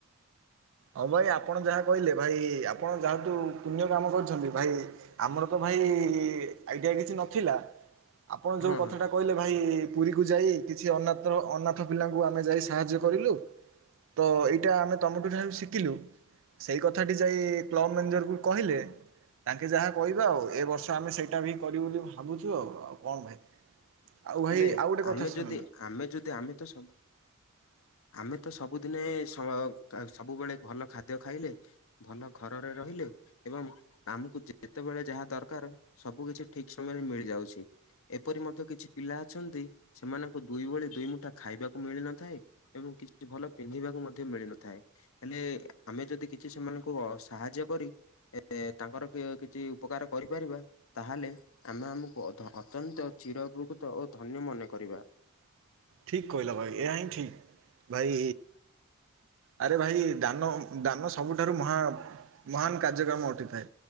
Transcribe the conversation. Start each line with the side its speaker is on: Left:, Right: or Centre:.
Right: ହଁ ଭାଇ ଆପଣ ଯାହା କହିଲେ ଭାଇ ଆପଣ ଯାହାତୁ ପୁଣ୍ୟ କାମ କରିଛନ୍ତି ଭାଇ। ଆମର ତ ଭାଇ ଆଇଡିଆ କିଛି ନଥିଲା ଆପଣ
Left: ହଁ
Right: ଯୋଉ କଥା
Left: ହଁ।
Right: ଟା କହିଲେ। ଭାଇ ପୁରୀକୁ ଯାଇ କିଛି ଅନାତ୍ର ଅନାଥ ପିଲାଙ୍କୁ ଆମେ ଯାଇ ସାହାଯ୍ୟ କରିଲୁ। ତ ଏଇଟା ଆମେ ତମଠୁ। <unintelligible> ସିଖିଲୁ ସେଇ କଥାଟି ଯାଇ କ୍ଲବ ମ୍ୟାନେଜରକୁ କହିଲେ। ତାଙ୍କେ ଯାହା କହିବେ ଆଉ ଏ ବର୍ଷ ଆମେ ସେଇଟା ବି କରିବୁ ବୋଲି ଭାବୁଚୁ ଆଉ ଆଉ। କଣ ଭାଇ ଆଉ ଭାଇ
Left: ହେଲେ
Right: ଆଉ ଗୋଟେ
Left: ଆମେ
Right: କଥା ଶୁଣନ୍ତୁ।
Left: ଯଦି ଆମେ ଯଦି ଆମେ ତ ସବୁ ଆମେ ତ ସବୁଦିନେ ସ ସବୁବେଳେ ଭଲ ଖାଦ୍ୟ ଖାଇଲେ ଭଲ ଘରରେ ରହିଲେ ଏବଂ ଆମକୁ ଯେତେବେଳେ ଯାହା ଦରକାର ସବୁ କିଛି ଠିକ ସମୟରେ ମିଳି ଯାଉଛି। ଏପରି ମଧ୍ୟ କିଛି ପିଲା ଅଛନ୍ତି ସେମାନଙ୍କୁ ଦୁଇ ଓଳି ଦୁଇ ମୁଠା ଖାଇବାକୁ ମିଳିନଥାଏ। ଏବଂ କିଛି ଭଲ ପିନ୍ଧିବାକୁ ମଧ୍ୟ ମିଳିନଥାଏ। ହେଲେ ଆମେ ଯଦି କିଛି ସେମାନଙ୍କୁ ସାହାଯ୍ୟ କରି ଏ ତାଙ୍କର କିଛି ଉପକାର କରିପାରିବା, ତାହେଲେ ଆମେ ଆମକୁ ଅତ୍ୟନ୍ତ ଚିରପ୍ରକୃତ ଓ ଧନ୍ୟ ମନେ କରିବା।
Right: ଠିକ୍ କହିଲ ଭାଇ ଏହା ହିଁ ଠିକ୍। ଭାଇ ଆରେ ଭାଇ ଦାନ ଦାନ ସବୁଠାରୁ ମହା ମହାନ କାର୍ଯ୍ୟକ୍ରମ ଅଟିଥାଏ।